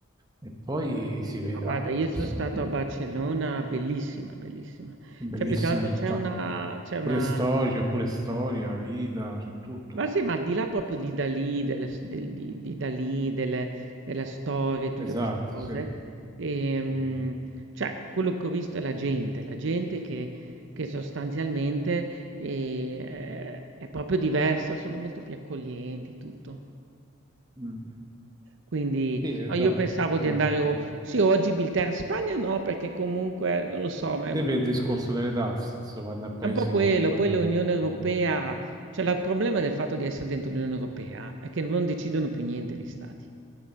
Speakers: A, on the right (about 20°); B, on the right (about 60°).
A: E poi si vedrà,
B: Ma guarda, io sono
A: insomma,
B: stato a Barcellona, bellissima, bellissima.
A: è bellissima
B: Cioè, più che altro
A: città,
B: c'è una, c'è una
A: pure storia, c'è pure storia, vita, c'è tutto.
B: Ma sì, ma al di là proprio di Dalì, delle s- del- di, di Dalì, delle, delle storie, tutte
A: Esatto,
B: queste cose,
A: sì.
B: ehm,
A: Mhm.
B: cioè quello che ho visto è la gente, la gente che, che sostanzialmente eh, è proprio diversa, sono molto più accoglienti, tutto.
A: Mm.
B: Quindi
A: Sì, esatto,
B: no, io pensavo
A: esatto,
B: di andare, o-
A: esatto.
B: sì, oggi Bilterra Spagna no, perché comunque non lo so, ma
A: Sì, per il discorso delle tasse, insomma, da paesi
B: è un po' quello,
A: comunque...
B: poi l'Unione Europea,
A: sì,
B: cioè la- il problema del fatto di essere dentro l'Unione Europea è che non decidono più niente gli stati.